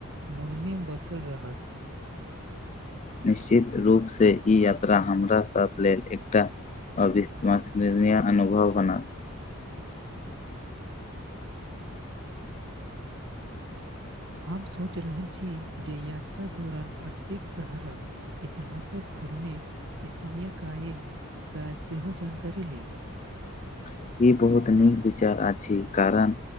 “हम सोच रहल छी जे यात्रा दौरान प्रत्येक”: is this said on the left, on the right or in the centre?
Right